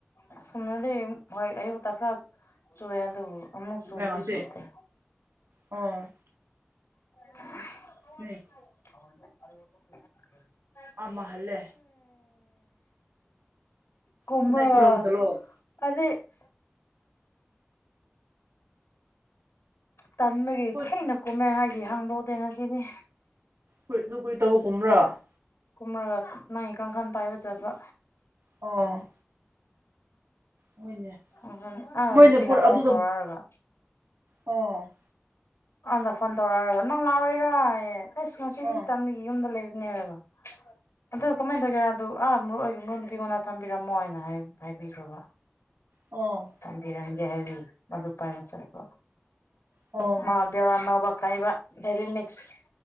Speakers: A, on the left (about 85°); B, on the right (about 85°).
A: ꯑꯁꯨꯝꯗꯗꯤ ꯍꯣꯏ ꯑꯌꯨꯛꯇ ꯈꯔ ꯆꯨꯌꯦ ꯑꯗꯨꯕꯨ ꯑꯃꯨꯛ ꯆꯨꯕꯗꯤ
B: ꯉꯁꯤ
A: ꯆꯨꯗꯦ
B: ꯑꯣ
A: <unintelligible>
B: ꯅꯦ ꯑꯃꯍꯜꯂꯦ
A: ꯀꯨꯝꯃꯔ
B: ꯒꯨꯠ ꯅꯥꯏꯠꯁꯨ ꯂꯧꯕ ꯆꯠꯂꯣ
A: <unintelligible> ꯇꯟꯕꯒꯤ
B: ꯍꯣꯏ
A: ꯊꯦꯡꯅ ꯀꯨꯝꯃꯦ ꯍꯥꯏꯒꯦ ꯍꯥꯡꯗꯣꯛꯇꯦ ꯉꯁꯤꯗꯤ
B: <unintelligible> ꯇꯧꯕ ꯀꯨꯝꯕ꯭ꯔꯥ
A: ꯀꯨꯝꯔꯒ ꯅꯪꯒꯤ ꯀꯥꯡꯈꯜ ꯄꯥꯏꯕ ꯆꯠꯄ
B: ꯑꯣ ꯍꯣꯏꯅꯦ
A: ꯎꯝ ꯑꯥ
B: ꯃꯣꯏꯅ
A: ꯅꯨꯄꯤꯅ
B: ꯄꯨꯔ
A: ꯀꯣꯜ
B: ꯑꯗꯨꯗ
A: ꯇꯧꯔꯛꯔꯒ
B: ꯑꯣ
A: ꯑꯗ ꯐꯣꯟ ꯇꯧꯔꯛꯑꯔꯕ ꯅꯪꯂꯥꯛꯔꯣꯏꯔꯑ ꯑꯁ ꯉꯁꯤꯗꯤ
B: ꯑꯣ
A: ꯇꯥꯟꯕꯒꯤ ꯌꯨꯝꯗ ꯂꯩꯕꯅꯦꯕ꯫ ꯑꯗꯣ ꯀꯃꯥꯏ ꯇꯧꯒꯦꯔꯥ ꯑꯗꯨ ꯑꯥ ꯃꯔꯨꯨꯞ ꯑꯣꯏꯒꯦ ꯃꯔ ꯅꯨꯄꯤꯉꯣꯟꯗ ꯊꯝꯕꯤꯔꯝꯃꯣ ꯍꯥꯏꯅ ꯍꯥꯏꯕꯤꯈ꯭ꯔꯣꯕ꯫
B: ꯑꯣ
A: ꯕꯤꯔꯪꯒꯦ ꯍꯥꯏꯕꯤ ꯃꯗꯨ ꯄꯥꯏꯕ ꯆꯠꯄ
B: ꯑꯣ
A: ꯃꯥ ꯕꯦꯋꯥ ꯃꯩꯕ ꯀꯩꯕ ꯕꯦꯕꯤ ꯃꯤꯛꯁ